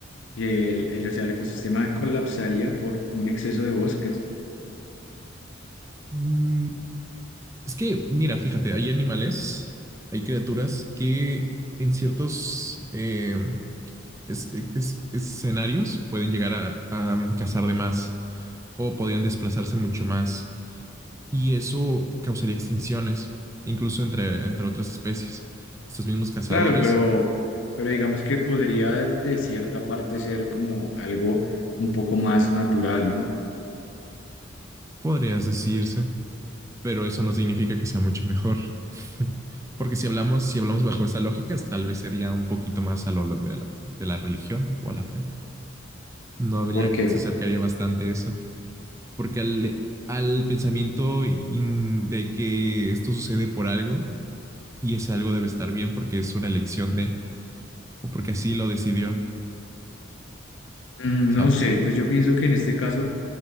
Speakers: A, on the left (about 70°); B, on the right (about 15°).
A: que el, el- o sea, el ecosistema colapsaría por un exceso de bosques?
B: Mm, Es que, mira, fíjate, hay animales, hay criaturas que en ciertos eh, es- es- escenarios pueden llegar a, a mm, cazar de más o podrían desplazarse mucho más y eso causaría extinciones, incluso entre, entre otras especies. Estos mismos cazadores,
A: Claro, pero, pero digamos que podría de cierta parte ser como algo un poco más natural, ¿no?
B: podrías decirse. pero eso no significa que sea mucho mejor. <laughs> Porque si hablamos, si hablamos bajo esa lógica, tal vez sería un poquito más a lo de la, de la religión o a la fe. No habría,
A: Porque,
B: se acercaría bastante a eso. Porque al, al pensamiento in- de que esto sucede por algo y ese algo debe estar bien porque es una elección de, o porque así lo decidió,
A: mm,
B: ¿sabes?
A: no sé, pues yo pienso que en este caso